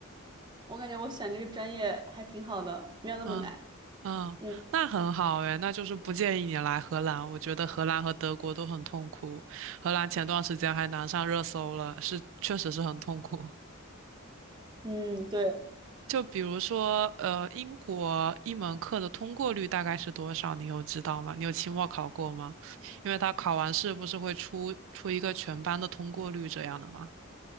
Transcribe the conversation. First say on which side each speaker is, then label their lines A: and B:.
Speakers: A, on the right; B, on the right.
A: 我感觉我选这个专业还挺好的，没有那么难。
B: 嗯嗯，
A: 嗯
B: 那很好诶，那就是不建议你来荷兰。我觉得荷兰和德国都很痛苦，荷兰前段时间还难上热搜了，是确实是很痛苦。
A: 嗯，对，
B: 就比如说，呃，英国一门课的通过率大概是多少？你有知道吗？你有期末考过吗？因为他考完试不是会出出一个全班的通过率这样的吗？